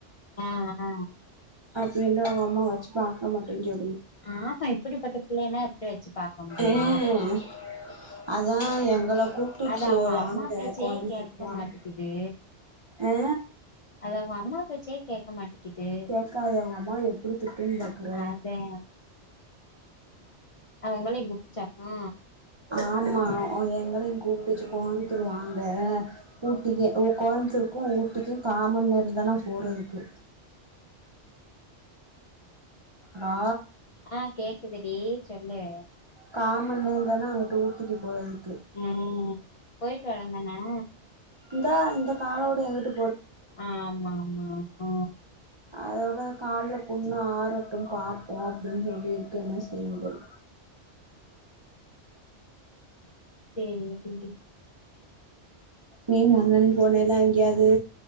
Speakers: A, on the left; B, on the right.
A: ஆ ஆ
B: அப்டின்டு அவங்க அம்மா வச்சு பாக்க மாட்டே சொல்
A: ஆமா இப்படிப்பட்ட பிள்ளைன்னா எப்டி வச்சு பாக்க முடியு
B: ம் அதா எங்கள கூப்ட்டுச்சு
A: அது அவங்க
B: வாங்க
A: அம்மா பேச்சயே
B: கோயம்புத்தூருக்கு
A: கேக்க
B: வாங்க
A: மாட்டேக்குது
B: ஆ
A: அது அவங்க அம்மா பேச்சே கேக்க மாட்டேக் குது
B: கேக்காத அவங்க அம்மாவ எப்டி திட்டுன்னு பாக்குற
A: அதா அவங்களையு கூப்ட்டுச்சாகு
B: ஆமா அது எங்கலையு கூப்ட்டுச்சு கோயம்புத்தூர் வாங்க ஊடிக்கு உ கோ யம்த்தூற்கு உட்டிக்கு காம நேர தானா போறதுக்கு மா
A: ஆ கேக்குதுடி சொல்லு
B: காம நேரதான அங்க்ட்டு ஊட்டிக்கு போறதுக்
A: ம் போயிட்டு வரே வேந்தான
B: இந்தேனா இந்த காலோட எங்குட்டு
A: ஆ ஆமா ஆமா ஆ
B: அதோட கால்ல புண்ணு ஆறட்டு பாப்போ அப்டின்னு சொல்லி இருக்கே என்ன செய்யும்போது
A: சேரி டீ
B: நீனு அண்ணன்னு போனீலா எங்யாது